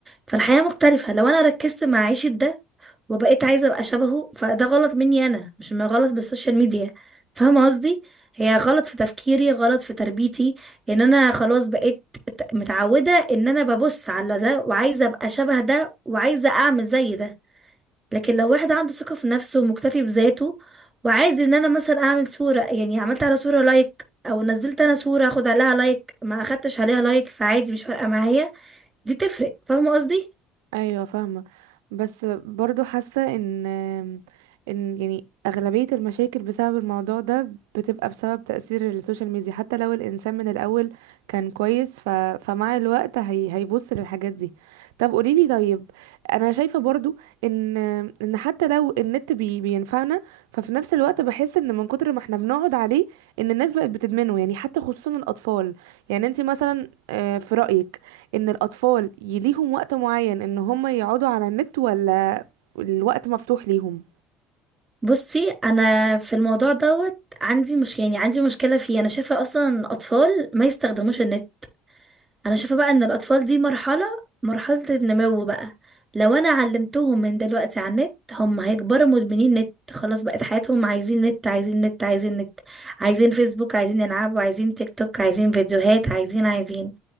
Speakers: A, on the right; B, on the right.
A: فالحياة مختلفة لو انا ركزت مع عيشة ده وبقيت عايزه ابقى شبهه فده غلط مني انا مش من غلط بالسوشيال ميديا فاهمه قصدي هي غلط في تفكيري غلط في تربيتي ان انا خلاص بقيت ت- متعوده ان انا ببص على ده وعايزه ابقى شبه ده وعايزه اعمل زي ده لكن لو واحد عنده ثقه في نفسه ومكتفي بذاته وعايز ان انا مثلا اعمل صوره يعني عملت على صوره لايك او نزلت انا صوره اخد عليها لايك ما اخدتش عليها لايك فعادي مش فارقه معايا دي تفرق فاهمه قصدي
B: ايوه فاهمه بس برضو حاسه ان ان يعني اغلبيه المشاكل بسبب الموضوع ده بتبقى بسبب تاثير السوشيال ميديا حتى لو الانسان من الاول كان كويس ف... فمع الوقت هي... هيبص للحاجات دي طب قوليلي طيب انا شايفه برضو ان ان حتى لو النت بي... بينفعنا ففي نفس الوقت بحس ان من كتر ما احنا بنقعد عليه ان الناس بقت بتدمنه يعني حتى خصوصا الاطفال يعني انت مثلا آه، في رايك ان الاطفال ي- ليهم وقت معين ان هم يقعدوا على النت ولا الوقت مفتوح ليهم
A: بصي انا في الموضوع دوت عندي مش يعني عندي مشكله فيه انا شايفه اصلا ان الاطفال ما يستخدموش النت انا شايفه بقى ان الاطفال دي مرحله مرحله النمو بقى لو انا علمتهم من دلوقتي على النت هم هيكبروا مدمنين نت خلاص بقت حياتهم عايزين نت عايزين نت عايزين نت عايزين فيسبوك عايزين يلعبوا عايزين تيك توك عايزين فيديوهات عايزين عايزين